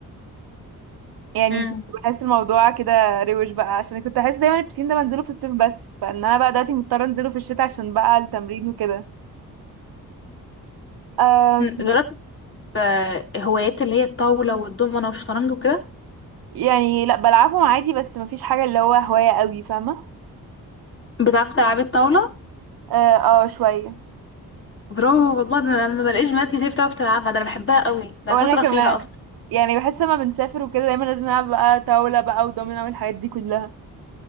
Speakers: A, on the right; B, on the left.
A: يعني
B: امم
A: بحس الموضوع كده روش بقى عشان كنت احس دايما البسين ده بنزله في الصيف بس فان انا بقى دلوقتي مضطره انزله في الشتاء عشان بقى التمرين وكده آه
B: جربت آه، هوايات اللي هي الطاوله والدومنه والشطرنج وكده
A: يعني لا بلعبهم عادي بس مفيش حاجه اللي هو هوايه قوي فاهمه
B: بتعرفي تلعبي الطاوله
A: اه آه، شويه
B: برافو والله ده انا لما بلاقيش بنات كتير بتعرف تلعبها ده انا بحبها قوي ده
A: وانا
B: شاطره
A: كمان
B: فيها اصلا
A: يعني بحس لما بنسافر وكده دايما لازم نلعب بقى طاوله بقى ودومينو والحاجات دي كلها